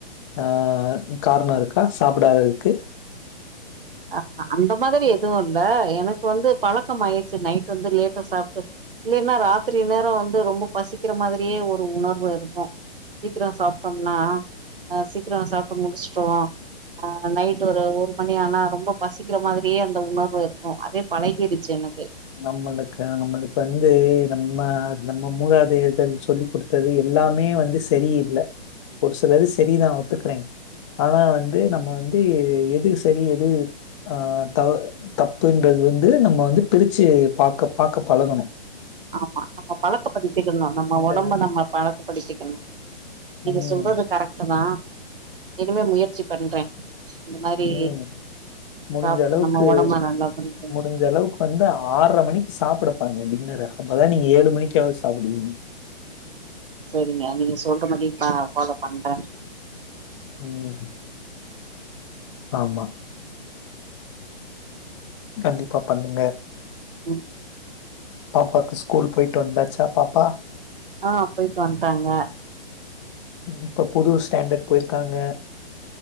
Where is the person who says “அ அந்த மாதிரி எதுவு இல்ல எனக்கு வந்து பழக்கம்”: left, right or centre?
Right